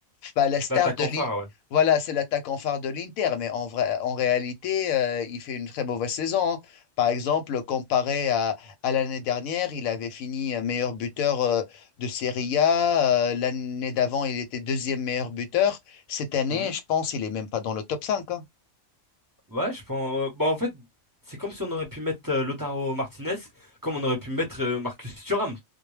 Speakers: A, on the left; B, on the right.
A: bah, la star
B: L'attaquant
A: de
B: phare,
A: l'Inter.
B: ouais.
A: Voilà, c'est l'attaquant phare de l'Inter, mais en vrai, en réalité, euh, il fait une très mauvaise saison. hein. Par exemple, comparé à, à l'année dernière, il avait fini euh, meilleur buteur. euh, de Serie A. Euh, l'année d'avant, il était deuxième meilleur buteur. Cette année,
B: Mhm.
A: je pense, il est même pas dans le top cinq hein.
B: Ouais, je pense. euh, bah, en fait, c'est comme si on aurait pu mettre euh, Lautaro Martinez, comme on aurait pu mettre euh, Marcus Thuram,